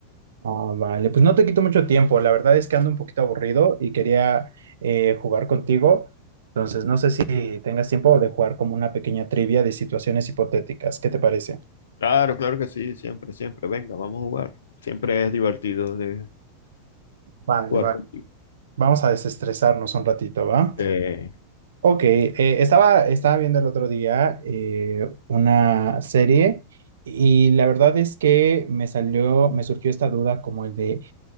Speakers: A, on the right; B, on the left.
A: Ah, vale, pues no te quito mucho tiempo. La verdad es que ando un poquito aburrido y quería eh, jugar contigo. Entonces, no sé si tengas tiempo de jugar como una pequeña trivia de situaciones hipotéticas. ¿Qué te parece?
B: Claro, claro que sí, siempre, siempre, venga, vamos a jugar. Siempre es divertido de
A: Vale,
B: jugar
A: vale.
B: contigo.
A: Vamos a desestresarnos un ratito, ¿va?
B: Eh,
A: Ok, eh, estaba, estaba viendo el otro día eh, una serie y la verdad es que me salió, me surgió esta duda como el de...